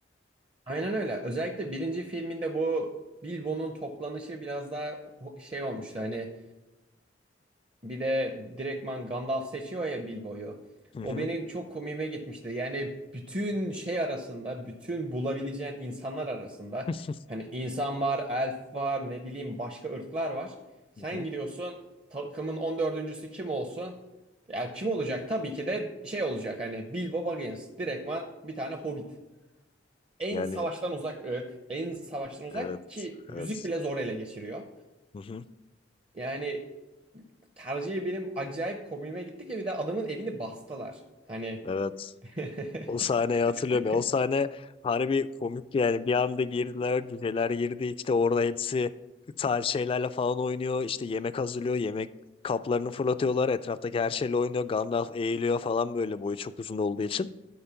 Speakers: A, on the right (about 30°); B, on the left (about 30°).
A: Aynen öyle. Özellikle birinci filminde bu Bilbo'nun toplanışı biraz daha ho- şey olmuştu. Hani bir de direktman Gandalf seçiyor ya Bilbo'yu.
B: Hı hı.
A: O beni çok komiğime gitmişti. Yani bütün şey arasında, bütün bulabileceğin insanlar arasında
B: <laughs>
A: hani insan var, elf var, ne bileyim başka ırklar var. Sen
B: Hı hı.
A: giriyorsun takımın on dördüncüsü kim olsun? Ya kim olacak? Tabii ki de şey olacak hani Bilbo Baggins. Direktman bir tane hobbit en
B: Yani
A: savaştan uzak ırk, en savaştan uzak
B: evet,
A: ki yüzük
B: evet.
A: bile zor ele geçiriyor.
B: Hı hı.
A: Yani tercihi benim acayip komiğime gitti ki bir de adamın evini bastılar. Hani
B: Evet.
A: <laughs>
B: O sahneyi hatırlıyorum ya. O sahne harbi komik yani. Bir anda girdiler, cüceler girdi. İşte orada hepsi tarz şeylerle falan oynuyor. İşte yemek hazırlıyor. Yemek kaplarını fırlatıyorlar. Etraftaki her şeyle oynuyor. Gandalf eğiliyor falan böyle boyu çok uzun olduğu için.